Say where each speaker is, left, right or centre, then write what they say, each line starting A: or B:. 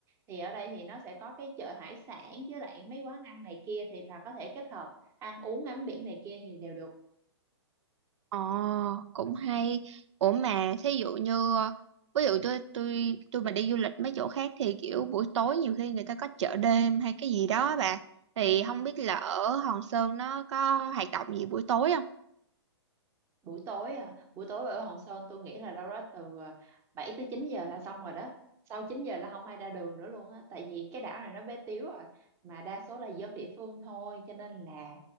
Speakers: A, on the right (about 15°); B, on the right (about 85°).
A: thì ở đây thì nó sẽ có cái chợ hải sản với lại mấy quán ăn này kia thì bà có thể kết hợp ăn uống ngắm biển này kia thì đều được
B: ờ, cũng hay. Ủa mà thí dụ như ờ, ví dụ tôi tôi tôi mà đi du lịch mấy chỗ khác thì kiểu buổi tối nhiều khi người ta có chợ đêm hay cái gì đó bà. Thì
A: ừ.
B: không biết là ở Hòn Sơn nó có hoạt động gì buổi tối không?
A: buổi tối à buổi tối ở Hòn Sơn tôi nghĩ là đâu đó từ à, 7 tới 9 giờ là xong rồi đó sau 9 giờ là không ai ra đường nữa luôn á tại vì cái đảo này nó bé tiếu rồi mà đa số là dân địa phương thôi cho nên là